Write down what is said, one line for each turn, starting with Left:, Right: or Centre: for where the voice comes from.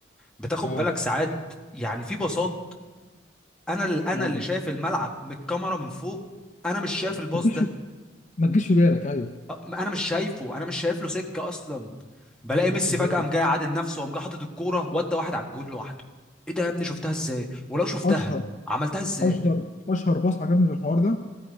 Centre: بتاخد
Left: اه
Centre: بالك ساعات يعني في باصات انا اللي انا
Left: أيوة.
Centre: اللي شايف الملعب من الكاميرا من فوق انا مش شايف الباص
Left: ما تجيش
Centre: ده
Left: ما تجيش في بالك ايوه
Centre: أه، ما انا مش شايفه انا مش شايف له سكه اصلا بلاقي ميسي
Left: ده
Centre: فجاه
Left: حقيقي
Centre: قام جاي عادل نفسه وقام جاي حاطط الكوره ودى واحد على الجون لوحده ايه ده يا ابني شفتها ازاي ولو شفتها
Left: اشهر
Centre: عملتها ازاي
Left: اشهر اشهر باص عجبني في الحوار ده